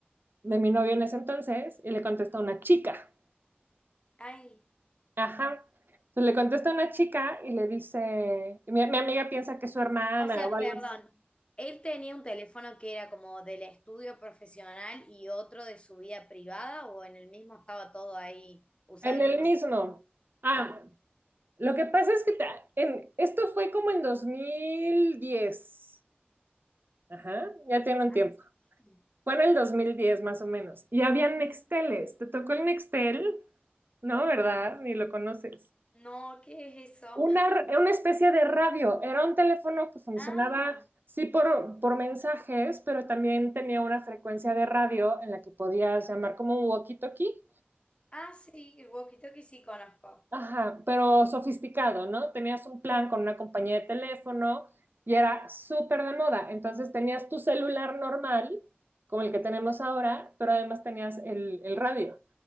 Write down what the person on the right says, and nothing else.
de mi novio en ese entonces y le contesta a una chica.
Ajá. Entonces le contesta a una chica y le dice, y mi, mi amiga piensa que es su hermana
o algo
así.
En
el
mismo. Ah,
lo que pasa es que ta- en, esto fue como en dos mil diez Ajá, ya tiene un
tiempo.
Fue en el dos mil diez más o menos. Y había Nexteles. ¿Te tocó el Nextel? No, ¿verdad? Ni lo conoces.
una, una especie de radio. Era un teléfono que funcionaba,
sí, por, por mensajes, pero también tenía una frecuencia de radio en la que podías llamar como un walkie-talkie.
Ajá, pero sofisticado, ¿no? Tenías un plan con una compañía de teléfono y era súper de moda. Entonces tenías tu celular normal, como el que tenemos ahora, pero además tenías el, el radio.